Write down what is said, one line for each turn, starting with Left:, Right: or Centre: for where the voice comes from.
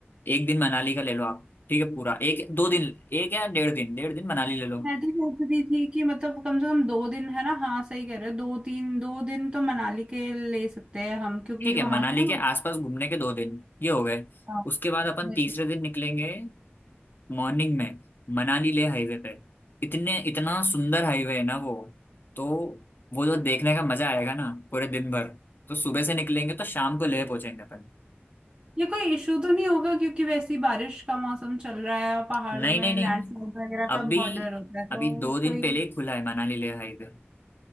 Left: एक दिन मनाली का ले लो आप ठीक है पूरा एक दो दिन एक या डेढ़ दिन डेढ़ दिन मनाली ले लो
Right: मैं भी सोच रही थी कि मतलब कम से कम दो दिन है ना हाँ सही कह रहे हो दो तीन दो दिन तो मनाली के ले सकते हैं हम क्योंकि
Left: ठीक है
Right: वहां
Left: मनाली
Right: पे ना
Left: के आसपास घूमने के दो दिन ये हो गए
Right: हाँ,
Left: उसके बाद अपन
Right: वही।
Left: तीसरे दिन निकलेंगे मॉर्निंग में मनाली ले हाईवे पे इतने इतना सुंदर हाईवे है ना वो तो वो जो देखने का मजा आएगा ना पूरे दिन भर तो सुबह से निकलेंगे तो शाम को लेह पहुंचेंगे अपन
Right: ये कोई इशू तो नहीं होगा क्योंकि वैसे ही बारिश का मौसम चल रहा है और पहाड़ों
Left: नहीं
Right: में
Left: नहीं नहीं
Right: लैंडस्लाइड वगैरह का
Left: अभी
Right: बहुत डर होता है तो
Left: अभी दो दिन
Right: कोई
Left: पहले ही खुला है मनाली ले हाईवे